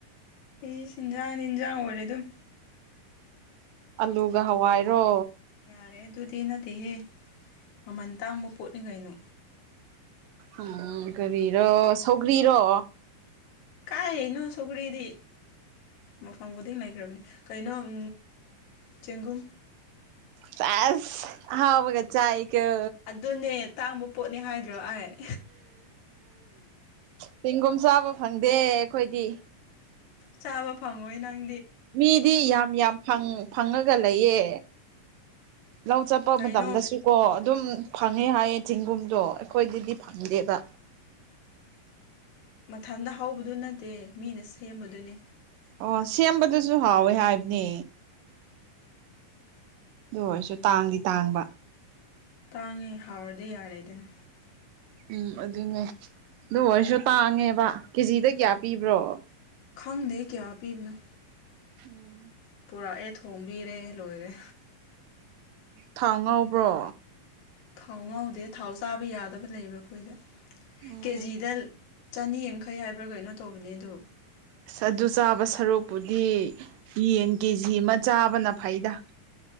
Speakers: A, on the left; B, on the right.
A: ꯏꯁ ꯏꯟꯖꯥꯡꯗꯤ ꯏꯟꯖꯥꯡ ꯑꯣꯏꯔꯦ ꯑꯗꯨꯝ
B: ꯑꯂꯨꯒ ꯍꯋꯥꯏꯔꯣ
A: ꯌꯥꯔꯦꯍꯦ ꯑꯗꯨꯗꯤ ꯅꯠꯇꯦꯍꯦ ꯃꯃꯜ ꯇꯥꯡꯕ ꯄꯣꯠꯅꯤ ꯀꯩꯅꯣ
B: ꯎꯪꯎꯪ ꯀꯔꯤꯔꯣ ꯁꯧꯒ꯭ꯔꯤꯔꯣ
A: ꯀꯥꯏ ꯅꯣ ꯁꯧꯒ꯭ꯔꯤꯗꯤ ꯃꯐꯝ ꯈꯨꯗꯤꯡ ꯂꯩꯈ꯭ꯔꯕꯅꯤ ꯀꯩꯅꯣ ꯑꯥꯝ ꯆꯦꯡꯒꯨꯝ
B: ꯁꯦꯁ ꯑꯍꯥꯎꯒ ꯆꯥꯏꯌꯦ INAUDIBLE
A: ꯑꯗꯨꯅꯦ ꯇꯥꯡꯕ ꯄꯣꯠꯅꯦ ꯍꯥꯏꯗ꯭ꯔꯣ ꯑꯩ
B: ꯆꯦꯡꯒꯨꯝ ꯆꯥꯕ ꯐꯪꯗꯦ ꯑꯩꯈꯣꯏꯗꯤ
A: ꯆꯥꯕ ꯐꯪꯉꯣꯏ ꯅꯪ
B: ꯃꯤꯗꯤ ꯌꯥꯝ ꯌꯥꯝ ꯐꯪ ꯐꯪꯉꯒ ꯂꯩꯌꯦ ꯂꯧ ꯆꯠꯄ
A: ꯀꯩꯅꯣ
B: ꯃꯇꯝꯗꯁꯨ ꯀꯣ ꯑꯗꯨꯝ ꯐꯪꯉꯦ ꯍꯥꯏꯌꯦ ꯆꯦꯡꯒꯨꯝꯗꯣ ꯑꯩꯈꯣꯏꯗꯗꯤ ꯐꯪꯗꯦꯕ
A: ꯃꯊꯟꯇ ꯍꯧꯕꯗꯨ ꯅꯠꯇꯦ ꯃꯤꯅ ꯁꯦꯝꯕꯗꯨꯅꯦ
B: ꯑꯣ ꯁꯦꯝꯕꯗꯨꯖꯨ ꯍꯥꯎꯋꯦ ꯍꯥꯏꯕꯅꯦ ꯑꯗꯨ ꯑꯣꯏꯔꯁꯨ ꯇꯥꯡꯗꯤ- ꯇꯥꯡꯕ
A: ꯇꯥꯡꯉꯦ ꯍꯥꯎꯔꯗꯤ ꯌꯥꯔꯦꯗꯅ
B: ꯎꯝ ꯑꯗꯨꯅꯦ ꯑꯗꯨ ꯑꯣꯏꯔꯖꯨ ꯇꯥꯡꯉꯦꯕ ꯀꯦꯖꯤꯗ ꯀꯌꯥ ꯄꯤꯕ꯭ꯔꯣ
A: ꯈꯪꯗꯦꯍꯦ ꯀꯌꯥ ꯄꯤꯕꯅꯣ
B: ꯎꯝ
A: ꯄꯨꯔꯛꯑꯦ ꯊꯣꯝꯕꯤꯔꯦ ꯂꯣꯏꯔꯦ
B: ꯊꯥꯎ ꯉꯧꯕ꯭ꯔꯣ
A: ꯊꯥꯎ ꯉꯧꯗꯦ ꯊꯥꯎ ꯆꯥꯕ ꯌꯥꯗꯕ ꯂꯩꯕ ꯑꯩꯈꯣꯏꯗ
B: ꯎꯝ
A: ꯀꯦꯖꯤꯗ ꯆꯅꯤ ꯌꯥꯡꯈꯩ ꯍꯥꯏꯕ꯭ꯔꯥ ꯀꯩꯅꯣ ꯇꯧꯕꯅꯦ ꯑꯗꯨ
B: ꯑꯥꯁ ꯑꯗꯨ ꯆꯥꯕ ꯁꯔꯨꯛꯄꯨꯗꯤ ꯌꯦꯟ ꯀꯦꯖꯤ ꯑꯃ ꯆꯥꯕꯅ ꯐꯩꯗ